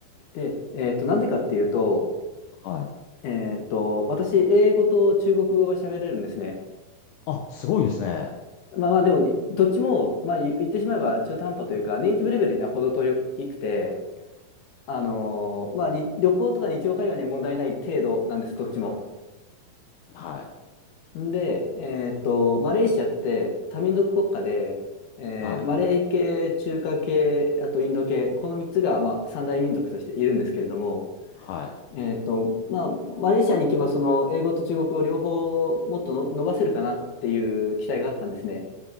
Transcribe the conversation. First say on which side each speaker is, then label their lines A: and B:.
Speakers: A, on the left; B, on the left.
A: で、えっと、なんでかっていうと、
B: はい。
A: えっと、私、英語と中国語が喋れるんですね。
B: あ、すごいですね。
A: まあまあ、でも、どっちも、まあ、言言ってしまえば中途半端というか、ネイティブレベルには程遠くくて、あのーまあ、に旅行とか日常会話には問題ない程度なんです、どっちも。
B: はい。
A: んで、えーっと、マレーシアって多民族国家で、えーマレー系、
B: はい。
A: 中華系、あとインド系、この3つが、まあ、三大民族としているんですけれども、
B: はい。
A: えーっと、まあ、マレーシアに行けば、その英語と中国語両方もっとの伸ばせるかなっていう期待があったんですね。